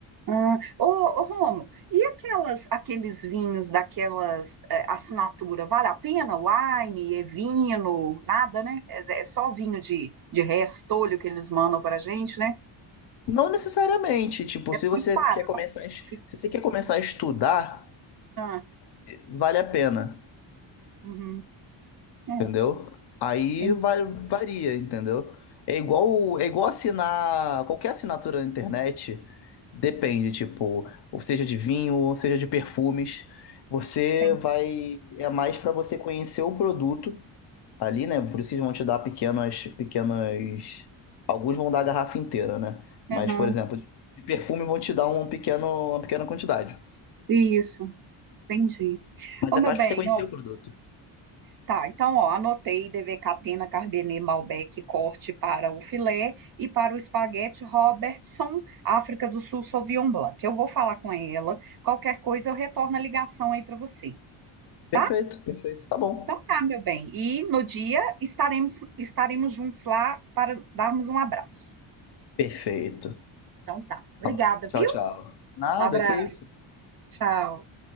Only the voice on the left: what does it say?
Não necessariamente. Tipo,
se você
quer começar, a es-
se você quer começar a estudar,
vale a pena.
entendeu? Aí
vai, varia, entendeu? É igual, é igual assinar qualquer assinatura na internet, depende, tipo, ou seja de vinho, ou seja de perfumes, você
vai, é mais para você conhecer o produto ali, né? Por isso que eles vão te dar pequenas, pequenas, alguns vão dar a garrafa inteira, né?
Mas, por exemplo, de perfume vão te dar um pequeno, uma pequena quantidade.
Mas
é
mais
pra você conhecer
o produto.
Perfeito,
perfeito. Tá bom.
Perfeito.
Tá bom. Tchau,
tchau. Nada,
que isso.